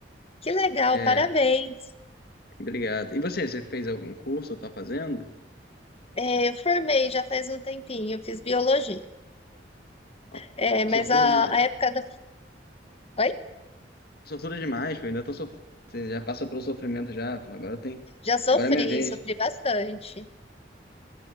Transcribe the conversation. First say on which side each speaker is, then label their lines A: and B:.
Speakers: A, on the left (about 35°); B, on the left (about 60°).
A: que legal,
B: É,
A: parabéns.
B: obrigado. E você, você fez algum curso ou tá fazendo?
A: É, eu formei já faz um tempinho, fiz biologia.
B: Ó,
A: É, mas
B: Sortudo
A: a,
B: demais.
A: a época da. Oi?
B: Sortudo demais, pô, ainda tô sof... Você já passou pelo sofrimento já, agora tem.
A: Já sofri,
B: Agora é minha vez.
A: sofri bastante.